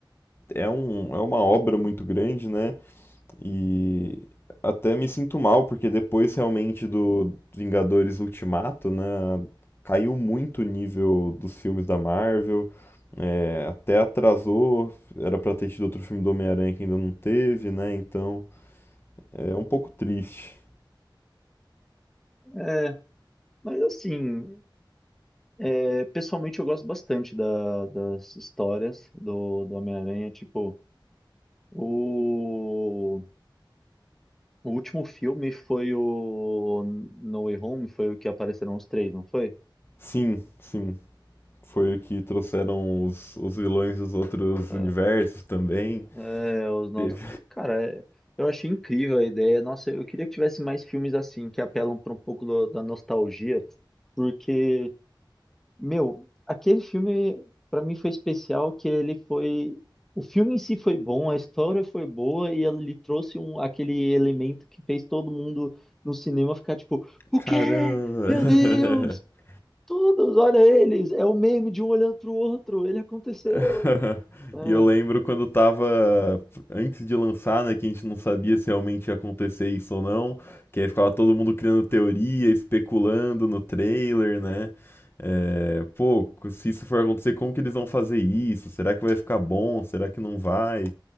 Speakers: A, on the left; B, in the centre.
A: é um, é uma obra muito grande, né? E até me sinto mal, porque depois realmente do Vingadores Ultimato, né, caiu muito o nível dos filmes da Marvel, é, até atrasou, era pra ter tido outro filme do Homem-Aranha que ainda não teve, né, então é um pouco triste.
B: É, mas assim, é, pessoalmente eu gosto bastante da- das histórias do, do Homem-Aranha. Tipo, o, o último filme foi o No Way Home, foi o que apareceram os três, não foi?
A: Sim, sim, foi o que trouxeram os, os vilões dos outros
B: É,
A: universos também.
B: é, os novos.
A: Teve-
B: Cara, é, eu achei incrível a ideia. Nossa, eu queria que tivesse mais filmes assim, que apelam para um pouco do- da nostalgia, porque Meu, aquele filme pra mim foi especial que ele foi o filme em si foi bom, a história foi boa e ele trouxe um aquele elemento que fez todo mundo no cinema ficar tipo, o
A: Caramba!
B: quê? Meu Deus!
A: <laughs>
B: Todos, olha eles, é o meme de um olhando pro outro, ele aconteceu.
A: <laughs>
B: É,
A: E eu lembro quando tava antes de lançar, né, que a gente não sabia se realmente ia acontecer isso ou não, que aí ficava todo mundo criando teoria, especulando no trailer, né? É, pô, se isso for acontecer, como que eles vão fazer isso? Será que vai ficar bom? Será que não vai?